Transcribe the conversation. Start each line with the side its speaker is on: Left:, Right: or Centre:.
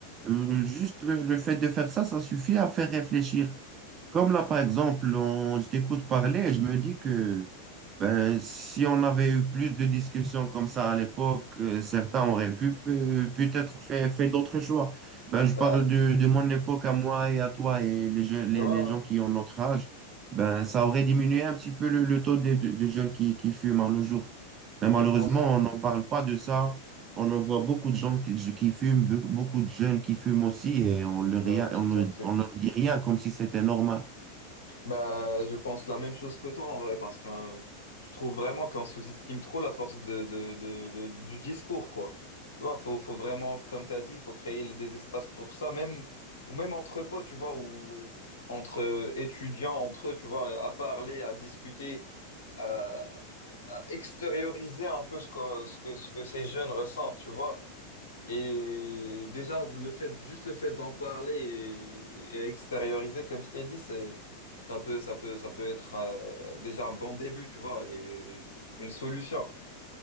Right: Euh, juste le, le fait de faire ça, ça suffit à faire réfléchir. Comme là, par exemple, on- je t'écoute parler et je me dis que ben, si on avait eu plus de discussions comme ça à l'époque, euh, certains auraient pu peut- peut-être fait, fait d'autres choix. Ben, je
Left: Bah,
Right: parle de, de mon époque à moi et à toi et les, je- les,
Left: ouais,
Right: les
Left: ouais,
Right: gens qui ont notre âge. Ben, ça aurait diminué un petit peu le, le taux de, de, de jeunes qui, qui fument à nos jours. Mais
Left: je
Right: malheureusement,
Left: pense.
Right: on n'en parle pas de ça. On en voit beaucoup de gens qui, qui fument, be- beaucoup de jeunes qui fument aussi et on leur,
Left: Bah,
Right: rien- on
Left: tout
Right: ne-
Left: à fait.
Right: on leur dit rien comme si c'était normal.
Left: Bah, je pense la même chose que toi en vrai, parce que euh, je trouve vraiment qu'on sous-estime trop la force de, de, de, de- du discours, quoi. Tu vois, faut, faut vraiment, comme tu as dit, il faut créer des espaces pour ça, même, ou même entre potes, tu vois, ou entre étudiants, entre eux, tu vois, à parler, à discuter, à, à extérioriser un peu ce que, ce que, ce que ces jeunes ressentent, tu vois. Et déjà, le fait, juste le fait d'en parler et, et extérioriser, comme je t'ai dit, c'est ça peut, ça peut, ça peut être euh, déjà un bon début, tu vois, et une solution.